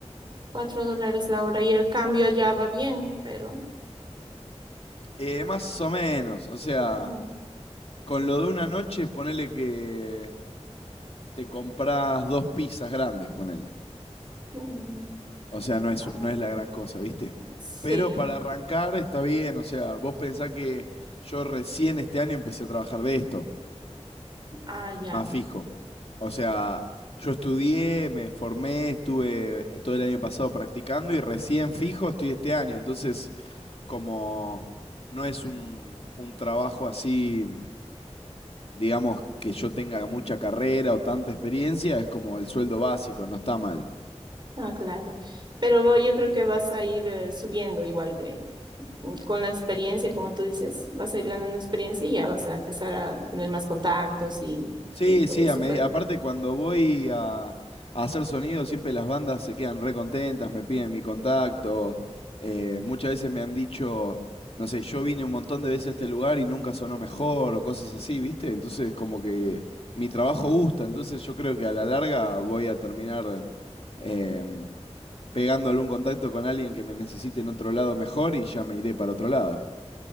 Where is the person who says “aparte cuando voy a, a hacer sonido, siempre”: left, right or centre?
Left